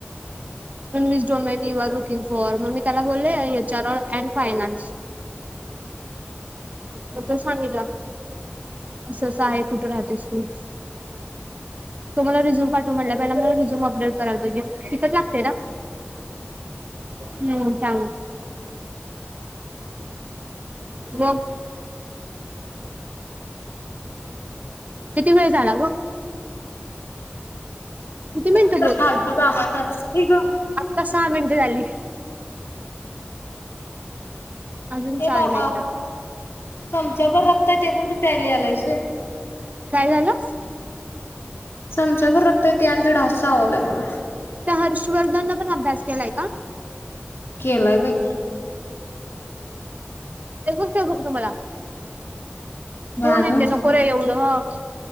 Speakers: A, on the right; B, on the left.
A: वस डोमेनी यूर लुकिंग फॉर म्मी त्याला बोलले चार अँड फायनान्स मग तो सांगितला असं असं आहे कुठे राहतेस तू तो मला रिझ्युम पाठव म्हंटला मला रिझ्युम अपडेट करायला पाहिजे तितकंच लागतंय ना म किती वेळ झाला ग किती मिनिटं
B: तर फालतू कामाचं असंच की ग
A: क सहा मिनटं झाली अजून
B: ए
A: चार
B: बाबा
A: मिनिटं
B: चमच्या भर रक्त येतय <inaudible> आलायस वय
A: काय झालं..
B: चमचा बर रगता येत आणि ते ढास चावालाय मला
A: त्या हर्षवर्धन नं पण अभ्यास केलाय का.
B: केलाय बाई
A: तर कसते बघ तुम्हाला.
B: भयानो
A: दोन आहेत ते नकोरे एवढं <unintelligible>